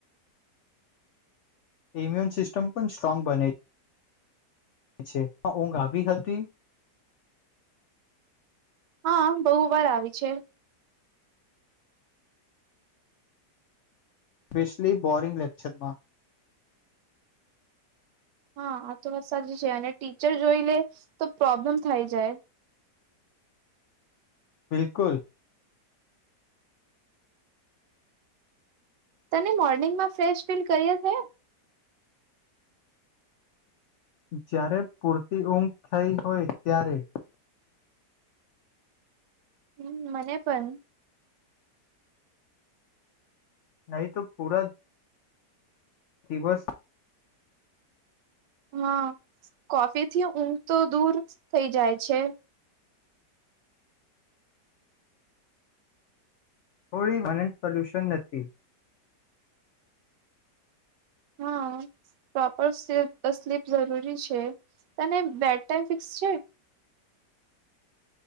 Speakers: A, on the left; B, on the right.
A: ઈમ્યુન સિસ્ટમ પણ સ્ટ્રોંગ બને છે, ઊંઘ આવી હતી
B: હ બો વાર આવી છે.
A: સ્પેશલી બોરિંગ લેક્ચરમાં
B: હા આ તો વાત સાચી છે, અને ટીચર જોઈ લે તો પ્રોબ્લેમ થઈ જાય
A: બિલકુલ
B: તને મોર્નિંગમાં ફ્રેશ ફીલ કરીએ હે
A: જ્યારે પૂરતી ઊંઘ થઈ હોય ત્યારે
B: હમ મને પન
A: નહી તો પૂરા દિવસ
B: હ કોફીથી ઊંઘ તો દૂર થઈ જાય છે.
A: થોડી <unintelligible> સોલયુશન નથી.
B: હ. પ્રોપર સ્લી સ્લીપ જરૂરી છે, તને બેડ ટાઈમ ફિક્સ છે.